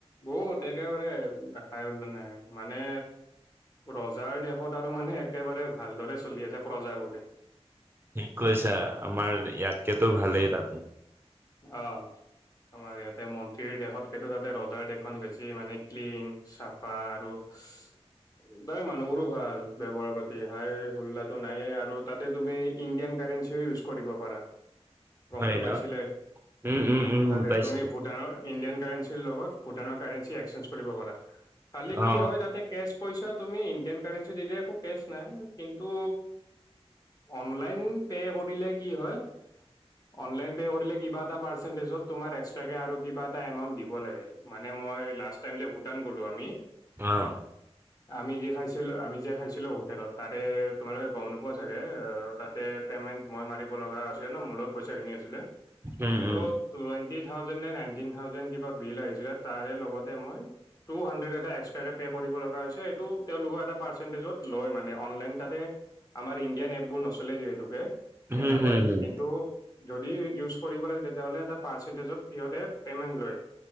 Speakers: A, on the left (about 35°); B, on the right (about 20°).
A: অ', তে একেবাৰে হাই হুল্লা নাই। মানে ৰজাৰ দেশত আৰু মানে একেবাৰে ভালদৰে চলি আছে প্ৰজাবোৰে।
B: কি কৈছা? আমাৰ ইয়াতকেটো ভালেই তাতে।
A: অ'। আমাৰ ইয়াতে মন্ত্ৰীৰ দেশতকেটো তাতে ৰজাৰ দেশখন বেছি মানে ক্লীন, চাফা আৰু <unintelligible> তাৰে মানুহবোৰো ভাল ব্যৱহাৰ পাতি, হাই হোল্লাটো নাইয়ে আৰু তাতে তুমি ইণ্ডিয়ান <unintelligible> ইউজ কৰিব পাৰা, গমটো
B: হয় ন
A: পাইছিলাই।
B: উম উম উম
A: তাতে
B: পাইছিলো
A: তুমি ভূটানৰ ইণ্ডিয়ান কাৰেন লগত ভুটানৰ কাৰেন্সী এক্সচেঞ্জ কৰিব পৰা, পাৰলে কি
B: অ
A: হয় তাতেই কেশ পইচা তুমি ইণ্ডিয়ান কাৰেন্সী দিলে একো কেচ নাই কিন্তু অনলাইন পে' কৰিলে কি হয়, অনলাইন পে' কৰিলে কিবা পাৰ্চেণ্টেজত তোমাৰ এক্সট্ৰা কে আৰু কিবা এটা এমাউণ্ট দিব লাগে মান মই লাষ্ট টাইম যে ভূটান গলো আমি
B: অ',
A: আমি যে খাইছিলো আমি যে খাইছিলোঁ হোটেলত তাৰে তোমালোকে গম নোপোৱা চাগে তাতে পেমেন্ট মই মাৰিব লগা আছিলে ন', মোৰ লগত পইচাখিনি আছিলে।
B: উম উম
A: ত', টুৱেন্টি থাউজেণ্ড নে নাইন্তিন থাউজেণ্ড কিবা বিল আহিছিলে, তাৰে লগতে মই টু হানড্ৰেড এটা এক্সট্ৰাকে পে কৰিব লগা হৈছে, এইটো তেওঁলোকৰ এটা পাৰ্চেন্টেজত লয় মানে, অনলাইন তাতে আমাৰ ইণ্ডিয়ান এপবোৰ নচলে যিহেতুকে তেনেকুৱাই,
B: হম হম হম
A: কিন্তু যদি ইউজ কৰিব লাগে তেতিয়াহ'লে এটা পাৰ্চেটেজত সিহঁতে পেমেন্ট লয়।